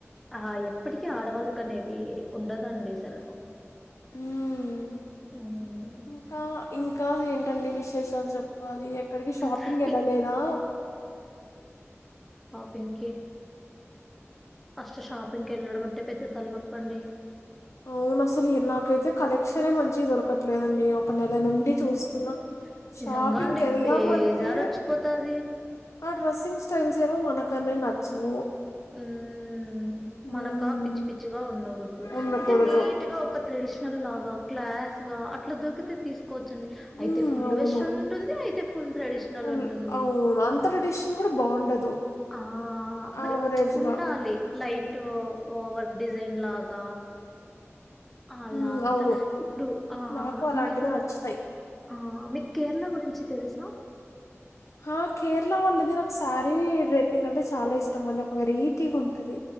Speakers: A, in the centre; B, on the left.
A: ఆ ఎప్పటికీ ఆడవాళ్ళక అనేది ఉండదండి సెలవు
B: ఉహ్
A: ఉమ్,
B: ఇంకా ఇంకా ఏంటండి విష్ విశేషాలు చెప్పాలి ఎక్కడికి షాపింగ్
A: ఇం-
B: ఎల్లలేదా
A: పింకిీ ఫస్ట్ షాప్ ఇంకెళ్ళడం అంటే పెద్ద తలనొప్పండి
B: అవును అసలు నాకైతే కలెక్షన్ మంచి దొరకట్లేదండి ఒక నెల నుండి
A: ఉమ్మ్
B: చూస్తున్నా
A: నిజంగా
B: షాపింగ్కి
A: అండి
B: వెళ్దామంటే
A: బేజారి వచ్చి పోతాది
B: ఆ డ్రెస్సింగ్ స్టైల్స్ ఏమో మనకన్నీ నచ్చవు
A: ఉమ్
B: ఉమ్
A: మనక పిచ్చి పిచ్చిగా ఉండకూడదు
B: ఉండకూడదు
A: అంటే నీట్ గా ఒక ట్రేడి షనల్ లా క్లా గా అట్లా దొరికితే తీసుకొచ్చు కోచ్ అండి అయితే
B: ఉమ్
A: ఫుల్
B: అవును
A: వెస్నల్ ఉంటుంది అయి ఫుల్ ట్రెడిషనల్
B: ఫుల్
A: ఉంటుంది
B: అవును అంత ట్రెడిషన్ కూడా బాగుండదు
A: ఆ మరి
B: యావరేజ్
A: ప్చ్ ఉండాలి
B: గా
A: లైట్ ఓహ్ ఓవర్ డిజైన్ లాగా అలా
B: ఉమ్,
A: అంత
B: అవును
A: ఇప్పుడు ఆ
B: నాకు అలాంటివే
A: మీకు
B: నచ్చుతాయి
A: ఆ మీ కేరళ గురించి తెలుస
B: ఆ కేరళ వాళ్ళది నాకు శారీ డ్రైపింగ్ అంటే చాలా ఇష్టం అది వెరైటీగా ఉంటది